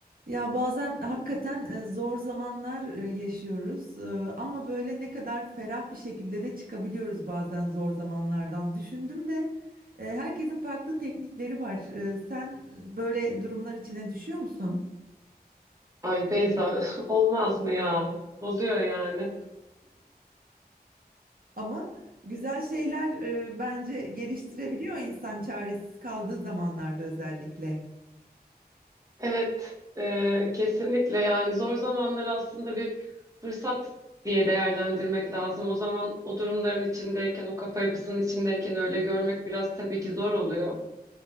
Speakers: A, on the right; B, on the right.
A: Ya bazen hakikaten e, zor zamanlar e, yaşıyoruz E, ama böyle ne kadar ferah bir şekilde de çıkabiliyoruz bazen zor zamanlardan. Düşündüm de e, herkesin farklı teknikleri var. E, Sen böyle durumlar içine düşüyor musun?
B: Ay Beyza <laughs> olmaz mı ya? Oluyor yani.
A: Ama güzel şeyler e, bence geliştirebiliyor insan çaresiz kaldığı zamanlarda özellikle.
B: Evet e, kesinlikle yani zor zamanları aslında bir fırsat diye değerlendirmek lazım. O zaman o durumların içindeyken, o kafa yapısının içindeyken öyle görmek biraz tabii ki zor oluyor.